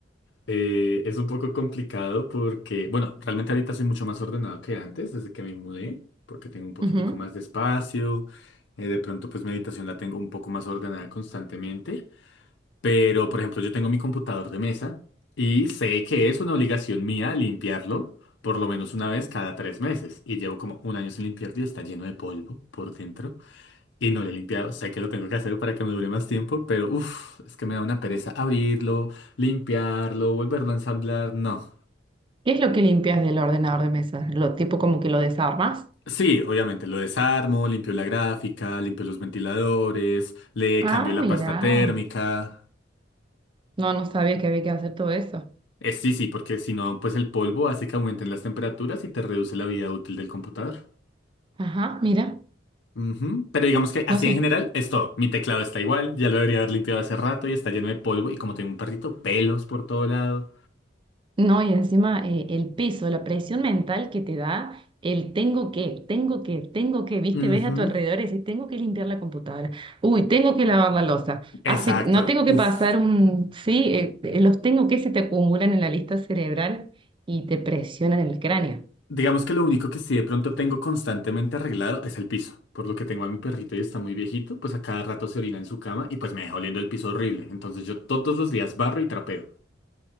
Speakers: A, on the left; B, on the right.
A: Eh, es un poco complicado porque, bueno, realmente ahorita soy mucho más ordenado que antes, desde que me mudé, porque tengo un poquitico
B: Ujú.
A: más de espacio. eh, de pronto, pues mi habitación la tengo un poco más ordenada constantemente. Pero, por ejemplo, yo tengo mi computador de mesa y sé que es una obligación mía limpiarlo por lo menos una vez cada tres meses. Y llevo como un año sin limpiarlo y está lleno de polvo por dentro. Y no lo he limpiado, sé que lo tengo que hacer para que me dure más tiempo, pero uff, es que me da una pereza abrirlo, limpiarlo, volverlo a ensamblar, no.
B: ¿Qué es lo que limpias del ordenador de mesa? ¿Lo tipo como que lo desarmas?
A: Sí, obviamente, lo desarmo, limpio la gráfica, limpio los ventiladores, le
B: Ah,
A: cambio la
B: mira.
A: pasta térmica.
B: No, no sabía que había que hacer todo eso.
A: Eh, sí, sí, porque si no, pues el polvo hace que aumenten las temperaturas y te reduce la vida útil del computador.
B: Ajá, mira.
A: Ujú. Pero digamos que así
B: No sé.
A: en general es todo. Mi teclado está igual, ya lo debería haber limpiado hace rato y está lleno de polvo y como tengo un perrito, pelos por todo lado.
B: No, y encima eh, el peso, la presión mental que te da el tengo que, tengo que, tengo que, viste,
A: Ujú.
B: ves a tu alrededor y dices, tengo que limpiar la computadora, uy, tengo que lavar la loza,
A: Exacto.
B: Hace- no tengo que
A: Uf.
B: pasar un, sí, eh, eh, los tengo que se te acumulan en la lista cerebral y te presionan el cráneo.
A: Digamos que lo único que sí de pronto tengo constantemente arreglado es el piso. Por lo que tengo a mi perrito y está muy viejito, pues a cada rato se orina en su cama y pues me deja oliendo el piso horrible. Entonces yo todos los días barro y trapeo.